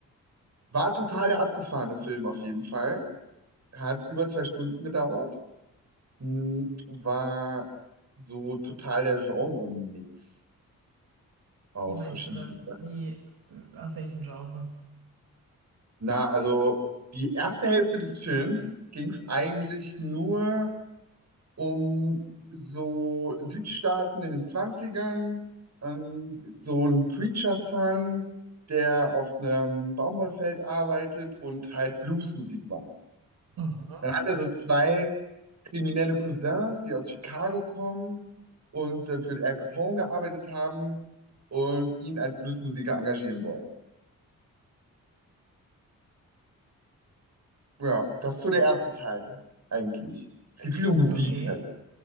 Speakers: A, on the right; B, on the right.
A: War total der abgefahrene Film auf jeden Fall. Hat über zwei Stunden gedauert. Hm, War so total der Genre-Mix aus
B: Wie meinst
A: verschiedenen
B: du das?
A: Sachen.
B: Wie, äh, aus welchem Genre?
A: Na, also die erste Hälfte des Films ging es eigentlich nur. um so Südstaaten in den Zwanzigern ähm, so ein Preacher Son, der auf einem Baumwollfeld arbeitet und halt Bluesmusik macht.
B: Mhm.
A: Dann hat er so zwei kriminelle Cousins, die aus Chicago kommen und dann für Al Capone gearbeitet haben und ihn als Bluesmusiker engagieren wollen. Ja, das ist so der erste Teil eigentlich. Es geht viel um Musik
B: Okay.
A: halt.